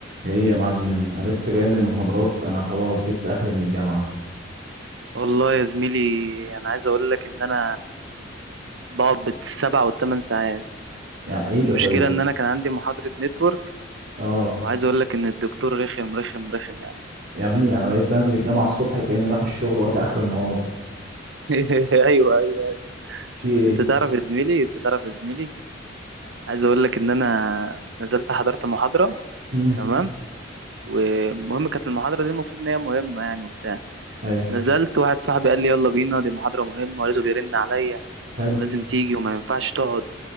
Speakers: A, on the right; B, on the right.
A: ايه يا معلم انا لسه جاي من المحاضرات انا خلاص جبت اخري من الجامعه
B: والله يا زميلي انا عايز اقول لك ان انا بقعد بالسبع والثمان ساعات
A: يعني ايه
B: المشكله
A: ده طيب
B: ان انا كان عندي محاضره نتورك
A: اه
B: وعايز اقول لك ان الدكتور رخم رخم رخم يعني
A: يا ابني انا بقيت بنزل الجامعه الصبح كاني رايح الشغل وارجع اخر النهار
B: <laughs> ايوه ايوه ايوه
A: في ايه
B: انت تعرف يا زميلي انت تعرف يا زميلي عايز اقول لك ان انا نزلت حضرت محاضره
A: امم
B: تمام ومهم كانت المحاضره دي المفروض ان هي مهمه يعني وبتاع
A: ايوه
B: نزلت واحد صاحبي قال لي يلا بينا دي محاضره مهمه ولازم بيرن عليا
A: حلو
B: ولازم تيجي وما ينفعش تقعد